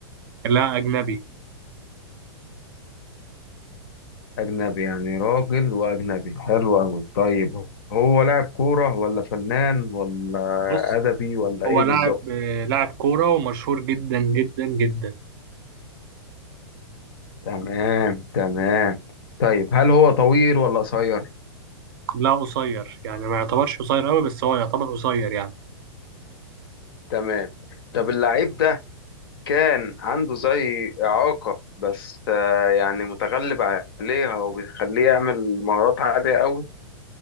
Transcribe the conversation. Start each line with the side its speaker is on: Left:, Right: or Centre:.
Right: لا أجنبي
Left: اجنبي يعني راجل واجنبي حلو قوي طيب هو لاعب كورة ولا فنان ولا
Right: بص
Left: ادبي ولا ايه
Right: هو لاعب
Left: بالظبط
Right: آه، لاعب كورة ومشهور جدا جدا جدا
Left: تمام تمام طيب هل هو طويل ولا قصير
Right: لا قصير يعني ما يعتبرش قصير أوي بس هو يعتبر قصير يعني
Left: تمام طب اللعيب ده كان عنده زي إعاقة بس آه، يعني متغلب عليها وبيخليه يعمل مهارات عالية قوي